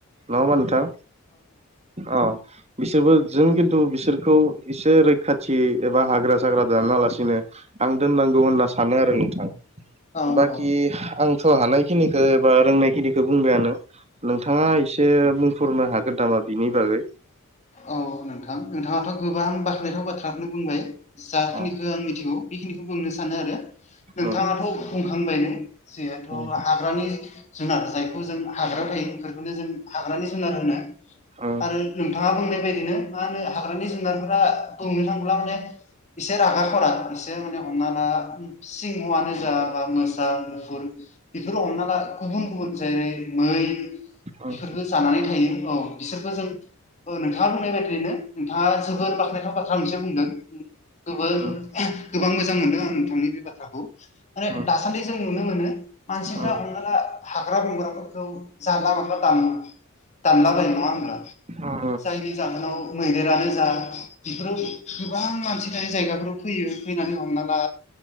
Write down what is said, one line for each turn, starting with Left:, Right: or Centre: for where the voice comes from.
Right: नङा होनबा नोंथां औ। बिसोरबो जों खिन्थु बिसोरखौ एसे खाथि एबा हाग्रा जाग्रा दाना लासिनो आं दोननांगौ होनना सानो आरो नोंथां।
Left: औ औ
Right: कि आंथ' हानायखिनिखौ एबा रोंनाय खिनिखौ बुंबायानो। नोंथाङा एसे बुंफोरनो हागोन नामा बिनि बागै?
Left: औ नोंथां। नोंथां नोंथाङाथ' गोबां बाख्नायथाव बाथ्राखौनो बुंबाय जाखिनिखौ
Right: ओम
Left: आं मिथिगौ बेखिनिखौ बुंनो सानो आरो। नोंथाङाथ'
Right: ओम
Left: बुंखांबायनो जिहेथु
Right: ओम
Left: हाग्रानि जुनार जायखौ जों हाग्रायाव थायो बेफोरखौनो जों हाग्रानि जुनार होनो
Right: ओम
Left: आरो नोंथाङा बुंनाय बायदिनो मा होनो हा हाग्रनि जुनारफोरा बुंनो थांब्ला माने एसे रागा खरा एसे माने हमना ला सिंहआनो जाबा मोसा मुफुर बेफोरो हमना ला गुबुन-गुबुन जेरै मै
Right: ओम
Left: बेफोरबो जानानै थायो औ। बिसोरबो जों ओ नोंथाङा बुंनाय बायदियैनो नोंथाङा जोबोर बाख्नायथाव बाथ्रा मोनसे बुंदों। गोबां
Right: ओम ओम
Left: गोबां मोजां मोनदों आं नोंथांनि बे बाथ्राखौ माने
Right: ओम
Left: दासान्दि जों नुनो मोनो मानसिफ्रा
Right: ओम
Left: हमनाला हाग्रा बंग्राफोरखौ जानला मोला दानो। दानला बायो नङा होनोमब्ला?
Right: ओम
Left: जायनि जाहोनाव मैदेरानो जा बेफोराव गोबां मानसि थानाय जायगाफोराव फैयो फैनानै हमना ला